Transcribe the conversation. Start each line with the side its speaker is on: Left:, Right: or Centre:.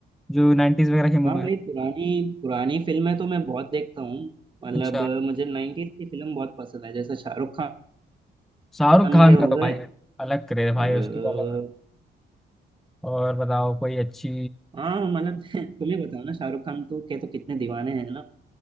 Centre: जो नाइन्टीज वगैरह की
Right: हाँ
Centre: मूवी
Right: भाई पुरानी पुरानी फिल्में तो मैं बहुत देखता हूँ मतलब
Centre: अच्छा
Right: अ, मुझे 90s की फिल्म बहुत पसंद है जैसे शाहरुख
Centre: शाहरुख
Right: खान
Centre: खान
Right: के हो
Centre: का तो
Right: गए
Centre: भाई अलग क्रेज है भाई
Right: और
Centre: उसकी
Right: अ,
Centre: तो अलग और बताओ कोई अच्छी
Right: हाँ मतलब <laughs> तुम्हें बताओ ना शाहरुख खान तो के तो कितने दीवाने हैं ना